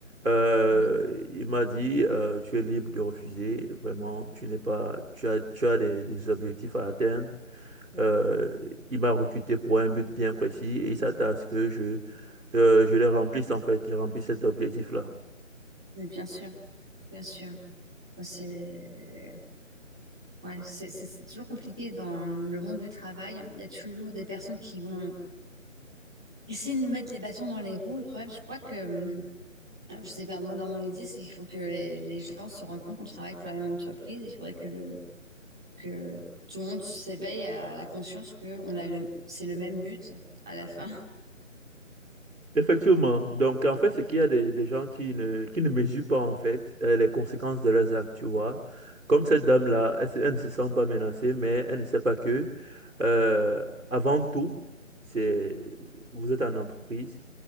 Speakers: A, on the right (about 85°); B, in the centre.
A: euh,
B: oui.
A: il m'a dit euh, tu es libre de refuser. Vraiment, tu n'es pas, tu as, tu as des, des objectifs à atteindre. Euh, il m'a recruté pour un but bien précis et il s'attend à ce que je, euh, je le remplisse en fait. Je remplisse cet objectif-là.
B: Mais bien sûr, bien sûr. Moi, c'est ouais, c'est c'est- c'est toujours compliqué dans le monde du travail. Il y a toujours des personnes qui vont Essayer de nous mettre les bâtons dans les roues, le problème, je crois que, hum, alors, je sais pas, moi, dans mon idée, c'est qu'il faut que les, les gens se rendent compte qu'on travaille pour la même entreprise. Il faudrait que, le, que tout le monde s'éveille à la conscience que on a le, c'est le même but à la fin. <laughs>
A: Effectivement. Donc, en fait, c'est qu'il y a des, des gens qui ne, qui ne mesurent pas, en fait, euh, les conséquences de leurs actes, tu vois. Comme cette dame-là, elle, se- elle ne se sent pas menacée, mais elle ne sait pas que, euh, avant tout, c'est, vous êtes en entreprise